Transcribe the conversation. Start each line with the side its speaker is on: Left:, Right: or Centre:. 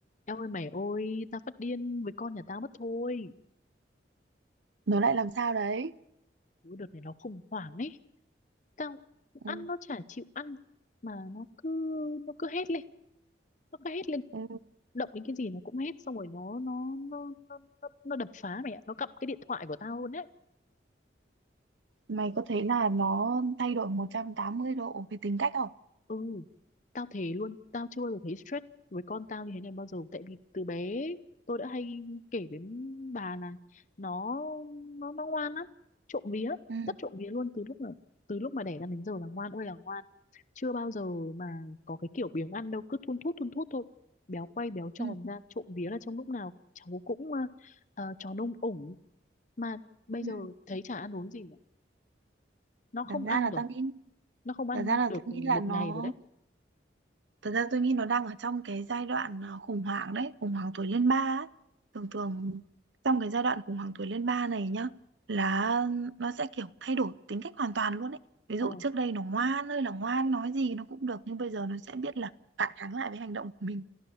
Left: Eo ơi mày ơi, tao phát điên với con nhà tao mất thôi.
Right: nó lại làm sao đấy
Left: Ủa, Đợt này nó khủng hoảng ấy. Tao
Right: ừ.
Left: ăn nó chả chịu ăn. Mà nó cứ nó cứ hét lên. Nó cứ hét lên.
Right: Ừ.
Left: Động đến cái gì nó cũng hét. Xong rồi nó nó nó nó, nó, nó đập phá mày ạ. Nó cặp cái điện thoại của tao luôn á.
Right: mày có thấy là nó thay đổi 180 độ về tính cách không
Left: ừ tao thế luôn tao chưa bao giờ thấy stress với con tao như thế này bao giờ tại vì từ bé tôi đã hay kể với bà là nó nó nó ngoan lắm trộm vía
Right: ừ.
Left: rất trộm vía luôn từ lúc mà từ lúc mà đẻ ra đến giờ là ngoan ơi là ngoan chưa bao giờ mà có cái kiểu biếng ăn đâu cứ thun thút thun thút thôi béo quay béo tròn
Right: Ừ.
Left: ra trộm vía là trong lúc nào cháu cũng ờ, ờ, tròn ông ủng mà bây
Right: Ừ.
Left: giờ thấy chả ăn uống gì nữa nó không
Right: thật ra
Left: ăn
Right: là
Left: rồi
Right: tao nghĩ
Left: nó không ăn
Right: thật ra là
Left: được
Right: tôi nghĩ
Left: một
Right: là nó
Left: ngày rồi đấy
Right: thật ra tôi nghĩ nó đang ở trong cái giai đoạn à, khủng hoảng đấy khủng hoảng tuổi lên ba ấy. thường thường trong cái giai đoạn khủng hoảng tuổi lên ba này nhá là nó sẽ kiểu thay đổi tính cách hoàn toàn luôn ấy ví
Left: ờ
Right: dụ trước đây nó ngoan ơi là ngoan nói gì nó cũng được nhưng bây giờ nó sẽ biết là phản kháng lại với hành động của mình